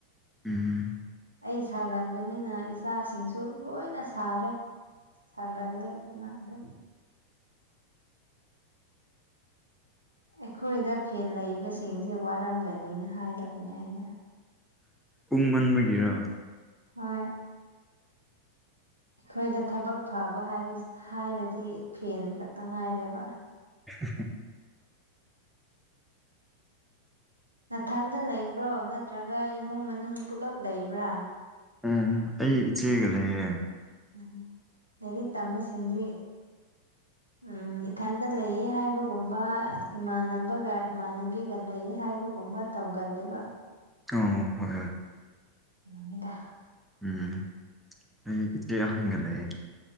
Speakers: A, in the centre; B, on the right.
A: ꯎꯝ
B: ꯑꯩ ꯁꯥꯒꯟꯕꯅꯤꯅ ꯏꯆꯥꯁꯤꯡꯁꯨ ꯂꯣꯏꯅ ꯁꯥꯔꯦ ꯁꯥꯒꯜꯂꯦ ꯈꯨꯗ <unintelligible> ꯑꯩꯈꯣꯏꯗ ꯐꯦꯟ ꯂꯩꯕꯁꯤꯡꯁꯦ ꯋꯥꯔꯝꯒꯅꯤꯅ ꯍꯥꯏꯔꯕꯅꯦ ꯑꯩꯅ
A: ꯎꯨꯡ ꯃꯟꯕꯒꯤꯔꯣ
B: ꯍꯣꯏ ꯑꯩꯈꯣꯏꯗ ꯊꯕꯛ ꯐꯕ ꯍꯥꯏꯔꯗꯤ ꯐꯦꯟ ꯈꯛꯇ ꯉꯥꯏꯔꯦꯕ
A: ꯎ <unintelligible>
B: ꯅꯥꯊꯟꯗ ꯂꯩꯕ꯭ꯔꯣ ꯅꯠꯇ꯭ꯔꯒ ꯏꯃꯨꯡ ꯃꯅꯨꯡ ꯄꯨꯂꯞ ꯂꯩꯕ꯭ꯔꯥ
A: ꯎꯝ ꯑꯩ ꯏꯆꯦꯒ ꯂꯩꯌꯦ
B: ꯎꯝ ꯂꯥꯏꯔꯤꯛ ꯇꯝꯕ ꯁꯤꯡꯗꯤ
A: <inaudible>
B: ꯎꯝ ꯏꯊꯟꯗ ꯂꯩ ꯍꯥꯏꯕꯒꯨꯝꯕ ꯏꯃꯥꯟꯅꯕꯒ ꯏꯃꯥꯟꯅꯕꯤꯒ ꯂꯩꯌꯦ ꯍꯥꯏꯕꯒꯨꯝꯕ ꯇꯧꯒꯜꯂꯦꯕ
A: ꯑꯝ ꯍꯣꯏ ꯍꯣꯏ
B: ꯉꯤꯗ
A: ꯎꯝ ꯑꯩ ꯏꯆꯦ ꯑꯍꯟꯒ ꯂꯩꯌꯦ